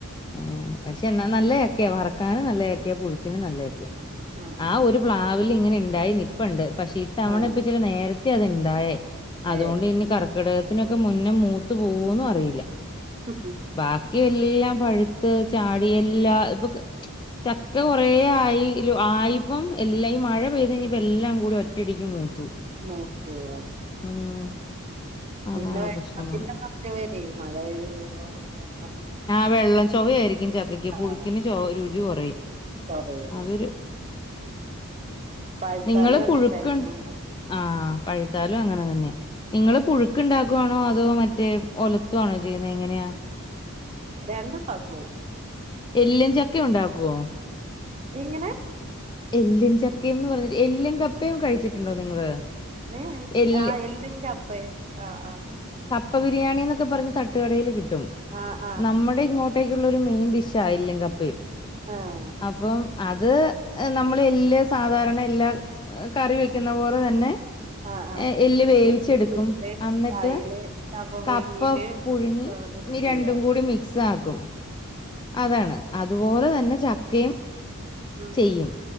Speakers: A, on the left; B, on the right.
A: ആഹ് പക്ഷെ എന്നാ നല്ല ചക്കയാ വറക്കാനും നല്ല ചക്കയാ പുഴുക്കിനും നല്ല ചക്കയാ
B: ആഹ്
A: ആ ഒരു പ്ലാവില് ഇങ്ങനെ ഇണ്ടായി നിപ്പുണ്ട് പക്ഷേ ഇത്തവണ
B: ആഹ് ആഹ്
A: ഇപ്പച്ചിരെ നേരത്തെ അത്ണ്ടായേ അതുകൊണ്ട്
B: ഏഹ്
A: ഇനി കർക്ക് ക്കിടകത്തിനൊക്കെ മുന്നേ മൂത്ത് പോവോന്നും അറിയില്ല
B: ഹ് ഹ്
A: ബാക്കി എല്ലാം പഴുത്ത് ചാടി, എല്ലാം ഇപ്പൊക്ക് ചക്ക കൊറേ ആയി ൽ ആയിപ്പം എല്ലെയ് മഴ പെയ്തഴിഞ്ഞപ്പം എല്ലാം കൂടി ഒറ്റ് റ്റിടിയ്ക്ക് മൂത്തു.
B: മൂത്തൂ <unintelligible> പിന്നെ
A: ഉം
B: <unintelligible> <unintelligible>
A: അതാണ് പ്രശ്നം
B: മഴയൊക്കെ
A: വന്ന്
B: പെയ്യുമ്പോ പിന്നെ <unintelligible>
A: ആ വെള്ളച്ചൊവയായിരിക്കും ചക്കയ്ക്ക്.
B: ആഹ്
A: പുഴുക്കിന് ചുവ രുചി കൊറയും.
B: കൊറയും
A: അതൊര്
B: പഴുത്താലും
A: നിങ്ങള്
B: അങ്ങനെ
A: പുഴുക്ക്ണ്ട
B: തന്നെയാണ്
A: ആഹ് പഴുത്താലും അങ്ങനെ തന്ന്യാ. നിങ്ങള് പുഴുക്ക്‌ണ്ടാക്കുവാണോ അതോ മറ്റേ ഒലത്തുവാണോ ചെയ്യുന്നേ എങ്ങനെയാ?
B: രണ്ടു പാക്കോ <unintelligible>
A: എല്ലിൻ ചക്കയുണ്ടാക്കോ?
B: എങ്ങനെ?
A: എല്ലും ചക്കയുംന്ന് പറഞ്ഞ് എല്ലും കപ്പയും കഴിച്ചിട്ടുണ്ടോ നിങ്ങള്?
B: ഏഹ് ഏഹ്
A: എല്ല്
B: ആഹ് എല്ലും കപ്പയും ആഹ് ആഹ്.
A: പ്പ ബിരിയാണി ന്നൊക്കെ പറഞ്ഞ് തട്ടുകടയില് കിട്ടും.
B: ആഹ് ആഹ്
A: നമ്മടെ ഇങ്ങോ ട്ടേയ്ക്കുള്ളൊരു മെയിൻ ഡിഷാ എല്ലും കപ്പയും.
B: ആഹ്
A: അപ്പം അത് നമ്മള് എല്ല് സാധാരണ എല്ലാ കറി വെയ്ക്കുന്ന പോലെ തന്നെ
B: ആഹ് ആഹ് ആഹ്
A: ഏഹ്, എല്ല് വേവിച്ചെട്ക്കും.
B: വെച്ചിട്ട്
A: അന്നിട്ട്
B: അയില് പുഴുങ്ങീട്ട്
A: കപ്പ പുഴുങ്ങി
B: മിക്സ്
A: ഞ്ഞിരണ്ടും
B: ചെയ്യ
A: കൂടിം മിക്സാക്കും. അതാണ് അത്പോലെ തന്നെ ചക്കയും
B: ഉം,
A: ചെയ്യും